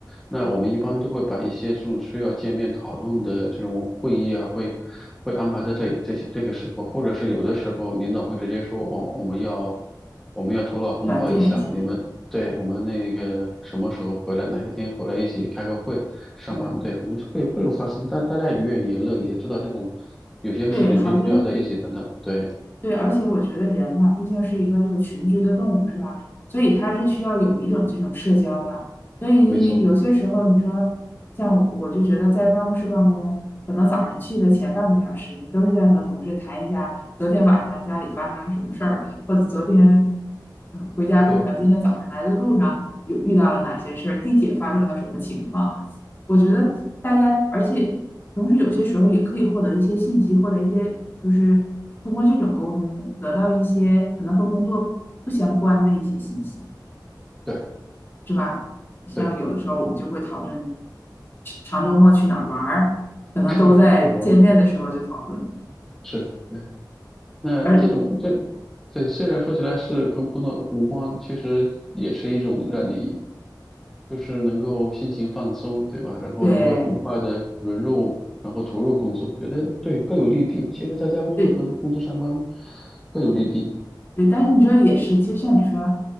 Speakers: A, in the centre; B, on the left.
A: 那我们一般都会把一些这种需要见面讨论的这种会议啊，会会安排在这这些这个时候，或者是有的时候领导会直接说，哦，我们要我们要头脑风暴一下，
B: 团建一下，
A: 你们对，我们那个什么时候回来，哪一天回来一起开个会，上班，
B: 嗯，
A: 对，我们就会会有发生，但大家也愿意乐意，也知道这种有些事情必须要在一起等等，
B: 对，好像
A: 对，
B: 对，而且我觉得人嘛，毕竟是一个这个群居的动物，是吧？所以它是需要有一种这种社交的。所以有些时候，
A: 没错，
B: 你说像我就觉得在办公室办公，可能早上去的前半个小时，你都是在和同事谈一下昨天晚上家里发生了什么事儿，或者昨天呃回家路上，
A: 对
B: 今天早上来的路上有遇到了哪些事儿，地铁发生了什么情况。我觉得大家，而且同时有些时候也可以获得一些信息，获得一些就是通过这种沟通得到一些可能和工作不相关的一些信息，
A: 对
B: 是吧？像有的时候我们就会讨论
A: 对，
B: 长周末去哪儿玩儿，可能都在见面的时候就讨论了。
A: <laughs> 让我去哪玩是，对。那这种这种，
B: 而
A: 对，虽然说起来是跟工作无关，其实也是一种让你就是能够心情放松，对吧？然后能够很快的融入，
B: 对
A: 然后投入工作，我觉得对各有利弊。其实在家工作和公司上班
B: 对，这
A: 各有利弊，
B: 对，但是你这也是，其实像你说，